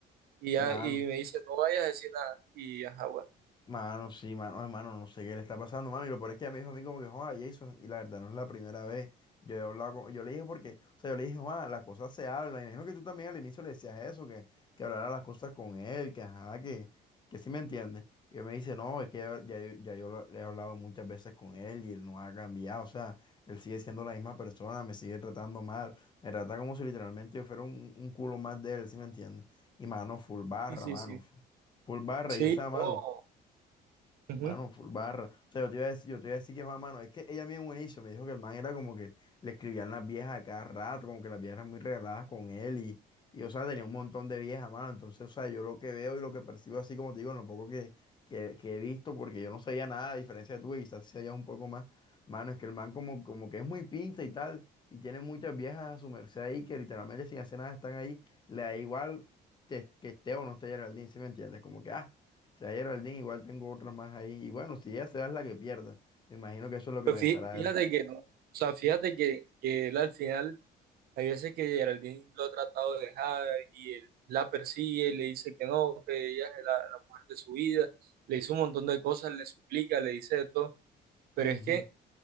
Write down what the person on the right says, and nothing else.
Y, ya,
y me dice, no vayas a decir nada. Y ajá, bueno.
Sí, sí,
sí.
Sí,
oh. ujú.
Pues
fí- fíjate
que no, o sea, fíjate que, que él al final, hay veces que Geraldine lo ha tratado de dejar y él la persigue y le dice que no, que ella es la, la mujer de su vida, le dice un montón de cosas, le suplica, le dice de todo, pero
es que,